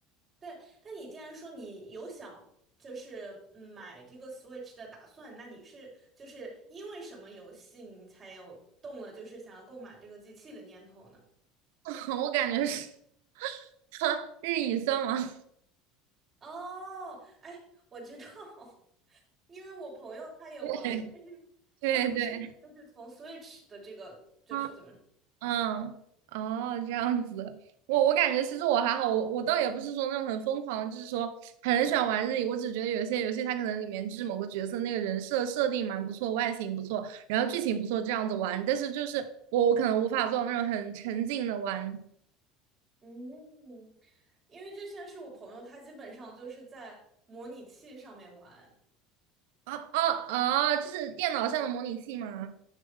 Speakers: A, on the right; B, on the right.
A: 对，但你既然说你有想就是嗯买这个 Switch 的打算，那你是就是因为什么游戏你才有动了就是想要购买这个机器的念头呢？
B: <laughs> 我感觉是 <laughs> 日语算吗？
A: 哦，哎，我知道，<laughs> 因为我朋友他也玩儿但是他不是，
B: <laughs> 对对对。
A: 就是从 Switch 的这个，就是怎么说
B: 啊。嗯，哦，这样子，我我感觉其实我还好，我我倒也不是说那种很疯狂，就是说很喜欢玩日语，我只觉得有些游戏它可能里面就是某个角色那个人设设定蛮不错，外形不错，然后剧情不错，这样子玩，但是就是我我可能无法做到那种很沉浸的玩，
A: 嗯，因为就像是我朋友，他基本上就是在模拟器上面玩，
B: 啊啊啊，就是电脑上的模拟器吗？